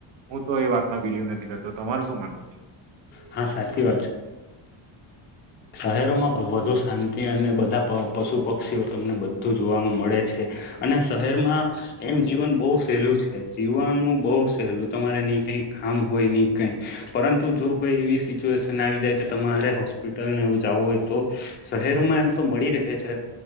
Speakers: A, on the right; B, on the left.
A: હું તો એ વાતમાં બિલીવ નથી કરતો તમારે શું માનવું.
B: હા સાચી વાત છે. શહેરોમાં વધુ શાંતિ અને બધા. પણ પશુ પક્ષીઓ તમને બધું જોવાવામાં મળે છે, અને શહેરમાં એમ જીવન બહું. સેલું છે. જીવનનું બહું સહેલું તમારે નઈ કઈ કામ હોય નઈ કઈ પરંતુ જો કોઈ એવી સિચ. સીચવેશન આવી જાય કે તમારે હોસ્પિટલ. ને એવું જવું હોય તો શહેરોમાં એમ તો મળી રહે છે,